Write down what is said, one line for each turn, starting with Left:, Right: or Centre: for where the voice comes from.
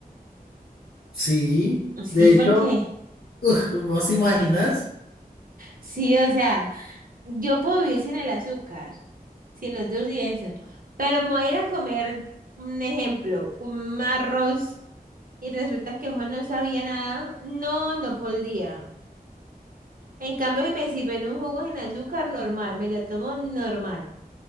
Left: Sí,
Right: Sí,
Left: de hecho,
Right: porque...
Left: <laughs> ¿vos te imaginas?
Right: Sí, o sea, yo puedo vivir sin el azúcar, sin los dulces y eso. Pero me voy a ir a comer, un ejemplo, un arroz y resulta que ojo no sabía nada. No, no podría. En cambio, si me sirven un jugo sin azúcar, normal, me lo tomo normal.